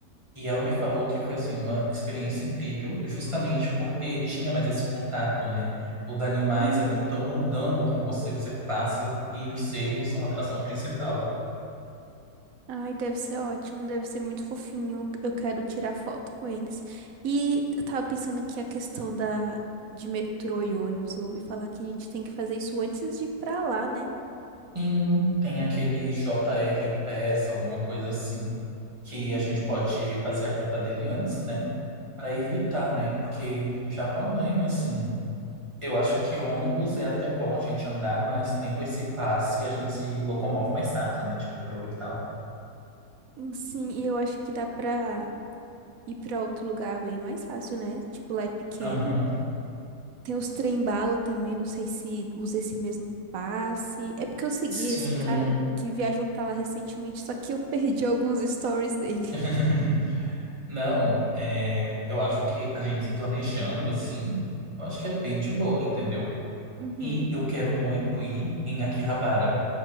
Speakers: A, on the right; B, on the right.
A: e ela me falou que foi assim uma experiência incrível, justamente porque tinha mais esse contato, né? Os animais
B: Uhum.
A: ali estão andando com você, você passa e os cervos são a atração principal.
B: Ai, deve ser ótimo, deve ser muito fofinho. Eu quero tirar foto com eles. E eu tava pensando que a questão da de metrô e ônibus, eu ouvi falar que a gente tem que fazer isso antes de ir pra lá, né?
A: Sim, tem aquele JR Pass, alguma coisa assim, que
B: Uhum.
A: a gente pode fazer a compra dele antes, né? Para evitar, né? Porque Japão, né? Assim, Eu acho que ônibus é até bom a gente andar, mas tendo esse passe, a gente se locomove mais rápido, né? De metrô e tal.
B: Hum, Sim, e eu acho que dá pra ir pra outro lugar bem mais fácil, né? Tipo, lá é pequeno.
A: Aham.
B: Tem os trem-bala também, não sei se usa esse mesmo passe. É porque eu segui
A: Sim.
B: esse cara que viajou pra lá recentemente, só que eu <laughs> perdi alguns stories dele.
A: <laughs> Não, é, eu acho que a gente se planejando assim, eu acho que é bem de boa, entendeu?
B: Uhum.
A: E eu quero muito ir em Akihabara,